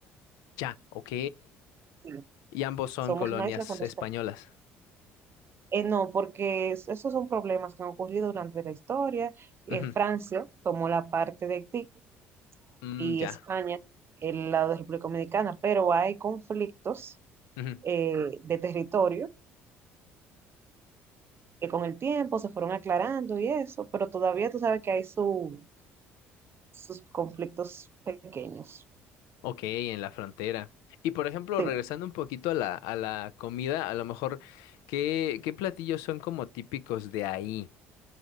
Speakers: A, on the left (about 75°); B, on the right (about 40°).
A: ya, ok.
B: Sí,
A: Y ambos son
B: Somos
A: colonias
B: una isla con dos
A: españolas.
B: países. Eh, no, porque es- esos son problemas que han ocurrido durante la historia. Eh,
A: Ujú.
B: Francia tomó la parte de Haití
A: Mm,
B: y
A: ya.
B: España el lado de República Dominicana, pero hay conflictos
A: Ujú.
B: eh, de territorio, que con el tiempo se fueron aclarando y eso, pero todavía tú sabes que hay su- sus conflictos pequeños.
A: Ok, en la frontera. Y por ejemplo,
B: Sí,
A: regresando un poquito a la, a la comida, a lo mejor, ¿qué, qué platillos son como típicos de ahí,